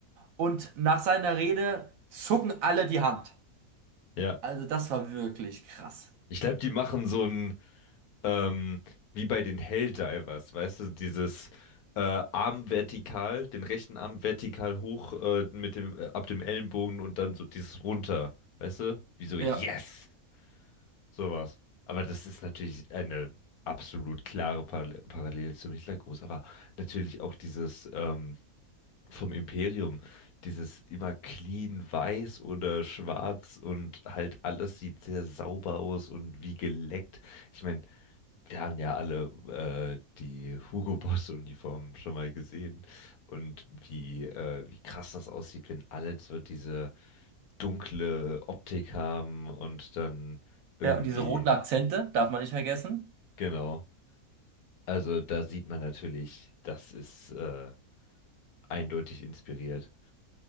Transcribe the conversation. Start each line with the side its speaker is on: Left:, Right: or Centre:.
Right: und nach seiner Rede zucken alle die Hand.
Left: ja.
Right: Also das war wirklich krass.
Left: Ich glaube, die machen so ein, ähm, wie bei den Helldivers, weißt du, dieses äh, Arm vertikal, den rechten Arm vertikal hoch äh, mit dem, äh, ab dem Ellenbogen und dann so dieses runter, weißt du? Wie so,
Right: Ja.
Left: yes! Sowas. Aber das ist natürlich eine absolut klare Parallel Parallele zum Hitlergruß, aber natürlich auch dieses, ähm, vom Imperium. Dieses immer clean weiß oder schwarz und halt alles sieht sehr sauber aus und wie geleckt. Ich meine, wir haben ja alle äh, die Hugo Boss Uniformen schon mal gesehen und wie, äh, wie krass das aussieht, wenn alle so diese dunkle Optik haben und dann irgendwie,
Right: Ja, und diese roten Akzente darf man nicht vergessen.
Left: genau. Also da sieht man natürlich, das ist äh, eindeutig inspiriert.